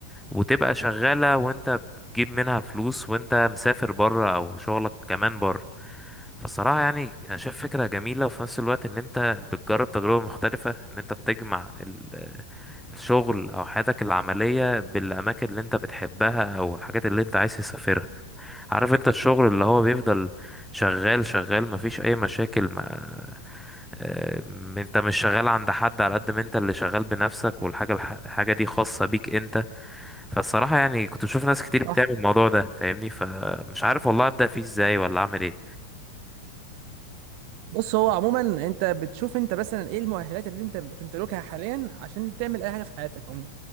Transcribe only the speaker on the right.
صح
بص هو عموما انت بتشوف انت مثلا ايه المؤهلات اللي انت بتمتلكها حاليا عشان تعمل اي حاجه في حياتك عموما